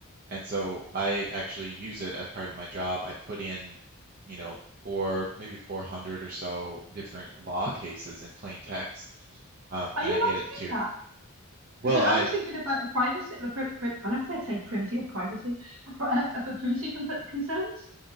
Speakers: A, on the right (about 40°); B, on the right (about 65°).
A: and so I actually use it as part of my job. I put in, you know, four maybe 400 or so different law cases in plain text, um,
B: Are
A: and
B: you
A: I
B: allowed
A: get it
B: to do
A: to.
B: that?
A: Well,
B: Because
A: I
B: I was just thinking about the privacy, the pri pri I never say say privacy or privacy, but, <laughs> uh, but privacy con concerns.